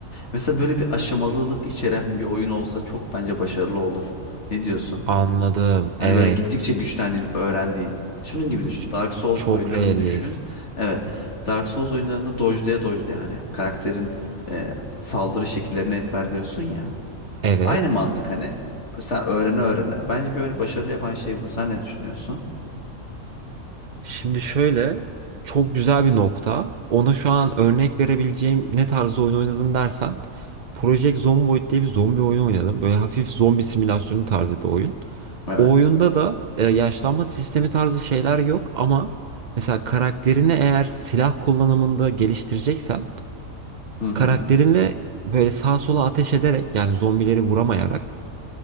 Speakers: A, on the left (about 55°); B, on the right (about 55°).
A: Mesela böyle bir aşamalılık içeren bir oyun olsa çok bence başarılı olur. Ne diyorsun?
B: Anladım.
A: Hani
B: Evet.
A: böyle gittikçe güçlendiğin, öğrendiğin. Şunun gibi düşün.
B: Ç-
A: Dark Souls
B: çok
A: oyunlarını
B: realist.
A: düşün. Evet. Dark Souls oyunlarında dojlaya dojlaya hani karakterin e, saldırı şekillerini ezberliyorsun ya.
B: Evet.
A: Aynı mantık hani sen öğrene öğrene. Bence bir oyunu başarılı yapan şey bu. Sen ne düşünüyorsun?
B: Şimdi şöyle çok güzel bir nokta. Ona şu an örnek verebileceğim ne tarzda oyun oynadın dersen Project Zomboid diye bir zombi oyunu oynadım. Böyle hafif zombi simülasyonu tarzı bir oyun.
A: Evet.
B: O oyunda da e, yaşlanma sistemi tarzı şeyler yok ama mesela karakterini eğer silah kullanımında geliştireceksen
A: Hı hı.
B: karakterinle böyle sağa sola ateş ederek yani zombileri vuramayarak